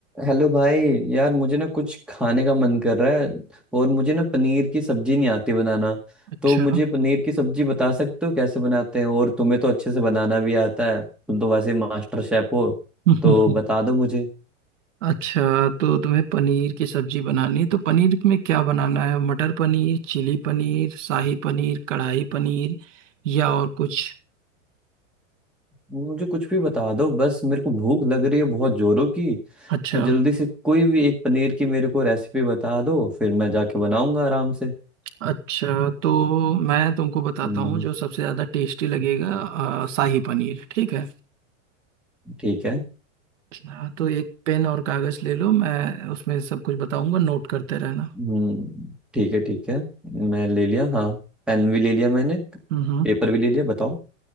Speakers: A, in the centre; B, on the right (about 75°).
A: Hello भाई यार मुझे ना कुछ खाने का मन कर रहा है और मुझे ना पनीर की सब्जी नहीं आती बनाना
B: अच्छा
A: तो मुझे पनीर की सब्जी बता सकते हो कैसे बनाते हैं और तुम्हें तो अच्छे से बनाना भी आता है तुम तो वैसे मास्टर शेफ हो
B: <laughs>
A: तो बता दो मुझे
B: अच्छा तो तुम्हें पनीर की सब्जी बनानी है तो पनीर में क्या बनाना है मटर पनीर चिली पनीर शाही पनीर कढ़ाई पनीर या और कुछ
A: मुझे कुछ भी बता दो बस मेरे को भूख लग रही है बहुत जोरों की
B: अच्छा
A: तो जल्दी से कोई भी एक पनीर की मेरे को रेसिपी बता दो फिर मैं जाके बनाऊंगा आराम से
B: अच्छा तो मैं तुमको बताता
A: हम्म,
B: हूँ जो सबसे ज़्यादा टेस्टी लगेगा आ, शाही पनीर ठीक है
A: ठीक है।
B: हाँ, तो एक पेन और कागज़ ले लो मैं उसमें सब कुछ बताऊंगा नोट करते रहना
A: हम्म ठीक है ठीक है मैं ले लिया हाँ पेन भी ले लिया मैंने
B: हम्म
A: पेपर भी ले लिया बताओ